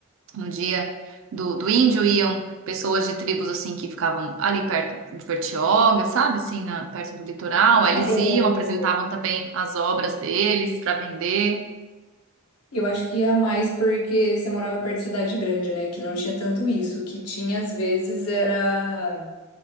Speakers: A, on the right; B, on the left.
A: no dia do, do índio iam pessoas de tribos assim que ficavam ali perto de Bertioga, sabe? Assim, na, perto do litoral. Aí
B: É,
A: eles
B: Eu,
A: iam, apresentavam também as obras deles para vender.
B: eu acho que ia mais porque você morava perto de cidade grande, né? Que não tinha tanto isso. O que tinha, às vezes, era